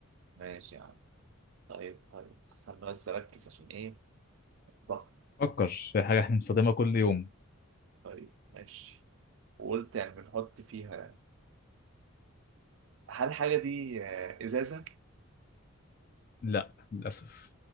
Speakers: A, on the right; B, on the left.
A: ماشي يا عم طيب طيب استنى بس أركز عشان إيه ضغط
B: فكر في حاجة احنا بنستخدمها كل يوم
A: طيب ماشي وقلت يعني بنحط فيها هل الحاجة دي آه، إزازة؟
B: لا للأسف